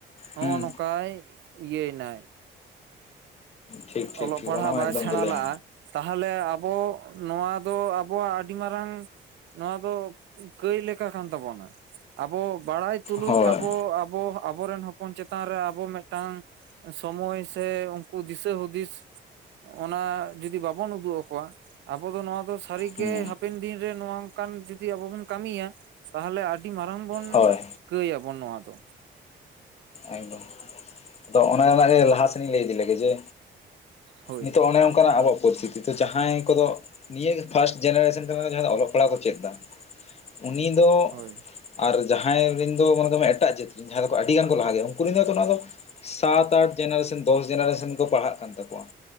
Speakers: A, on the right; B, on the left.
A: ᱱᱚᱜᱚ
B: ᱦᱩᱸ
A: ᱱᱚᱝᱠᱟ ᱤᱭᱟᱹᱭᱱᱟᱭ
B: ᱴᱷᱤᱠ ᱴᱷᱤᱠ
A: ᱚᱞᱚᱜ
B: ᱴᱷᱤᱠ
A: ᱯᱟᱲᱦᱟᱜ
B: ᱚᱱᱟ ᱢᱟ
A: ᱵᱟᱭ
B: ᱮᱠᱫᱚᱢ
A: ᱥᱮᱬᱟ
B: ᱠᱚ ᱞᱟᱹᱭᱟ
A: ᱞᱟᱜ-ᱟ ᱛᱟᱦᱚᱞᱮ ᱟᱵᱚ ᱱᱚᱣᱟ ᱫᱚ ᱟᱵᱚᱣᱟᱜ ᱟᱹᱰᱤ ᱢᱟᱨᱟᱝ ᱱᱚᱣᱟ ᱫᱚ ᱠᱟᱹᱭ ᱞᱮᱠᱟ ᱠᱟᱱ ᱛᱟᱵᱚᱱᱟ ᱟᱵᱚ ᱵᱟᱲᱟᱭ ᱛᱩᱞᱩᱡ
B: ᱦᱳᱭ
A: ᱟᱵᱚ ᱟᱵᱚ ᱟᱵᱚ ᱨᱮᱱ ᱦᱚᱯᱚᱱ ᱪᱮᱛᱟᱱ ᱨᱮ ᱟᱵᱚ ᱢᱤᱫᱴᱟᱝ ᱥᱚᱢᱚᱭ ᱥᱮ ᱩᱱᱠᱩ ᱫᱤᱥᱟᱹ ᱦᱩᱫᱤᱥ ᱚᱱᱟ ᱡᱩᱫᱤ ᱵᱟᱵᱚᱱ ᱩᱫᱩᱜ ᱟᱠᱚᱣᱟ ᱟᱵᱚ ᱫᱚ ᱱᱚᱣᱟ ᱫᱚ ᱥᱟᱹᱨᱤ ᱜᱮ
B: ᱦᱩᱸ
A: ᱦᱟᱯᱮᱱ ᱫᱤᱱ ᱨᱮ ᱱᱚᱝᱠᱟᱱ ᱡᱩᱫᱤ ᱟᱵᱚ ᱵᱚᱱ ᱠᱟᱹᱢᱤᱭᱟ ᱛᱟᱦᱚᱞᱮ ᱟᱹᱰᱤ ᱢᱟᱨᱟᱝ ᱵᱚᱱ
B: ᱦᱳᱭ
A: ᱠᱟᱹᱭᱟᱵᱚᱱ ᱱᱚᱣᱟ ᱫᱚ
B: ᱮᱠᱫᱚᱢ ᱟᱫᱚ ᱚᱱᱮ ᱚᱱᱟ ᱜᱮ ᱞᱟᱦᱟ ᱥᱮᱱ ᱤᱧ ᱞᱟᱹᱭ ᱤᱫᱤ ᱞᱮᱜᱮ ᱡᱮ
A: ᱦᱳᱭ
B: ᱱᱤᱛᱚᱜ ᱚᱱᱮ ᱚᱱᱠᱟᱱᱟᱜ ᱟᱵᱚᱣᱟᱜ ᱯᱚᱨᱤᱥᱛᱷᱤᱛᱤ ᱱᱤᱛᱚᱜ ᱡᱟᱦᱟᱸᱭ ᱠᱚᱫᱚ ᱱᱤᱭᱟᱹ ᱜᱮ ᱯᱷᱟᱥᱴ ᱡᱮᱱᱟᱨᱮᱥᱚᱱ ᱠᱟᱱᱟ ᱡᱟᱦᱟᱸᱭ ᱫᱚ ᱚᱞᱚᱜ ᱯᱟᱲᱦᱟᱜ ᱠᱚ ᱪᱮᱫ ᱮᱫᱟ ᱩᱱᱤ ᱫᱚ
A: ᱦᱳᱭ
B: ᱟᱨ ᱡᱟᱦᱟᱸᱭ ᱨᱮᱱ ᱫᱚ ᱢᱟᱱᱮ ᱫᱚᱢᱮ ᱮᱴᱟᱜ ᱡᱟᱹᱛᱤ ᱡᱟᱦᱟᱸᱭ ᱫᱚ ᱟᱹᱰᱤ ᱜᱟᱱ ᱠᱚ ᱞᱟᱦᱟ ᱜᱮᱭᱟ ᱩᱱᱠᱩ ᱨᱮᱱ ᱫᱚ ᱚᱱᱟ ᱫᱚ ᱥᱟᱛ ᱟᱴ ᱡᱮᱱᱟᱨᱮᱥᱮᱱ ᱫᱚᱥ ᱡᱮᱱᱟᱨᱮᱥᱮᱱ ᱠᱚ ᱯᱟᱲᱦᱟᱜ ᱠᱟᱱ ᱛᱟᱠᱚᱣᱟ